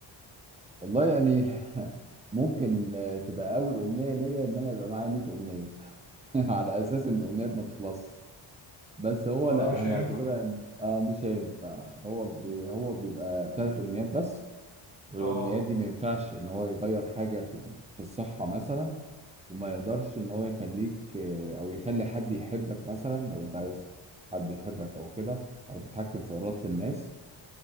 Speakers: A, on the right (about 15°); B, on the left (about 80°).
A: والله يعني <laughs> ممكن آه، تبقى اول امنيه ليا ان انا يبقى معايا 100 امنيه <laughs> على اساس ان الامنيات ما تخلص بس هو
B: هو
A: لا
B: ده مش
A: انا
B: هينفع
A: هعتبرها إن- اه مش هينفع هو بي هو بيبقى ثلاث امنيات بس والامنيات
B: اه
A: دي ما ينفعش ان هو يغير حاجه في في الصحه مثلا وما يقدرش ان هو يخليك آه، او يخلي حد يحبك مثلا لو انت عايز حد يحبك او كده او تتحكم في اراده الناس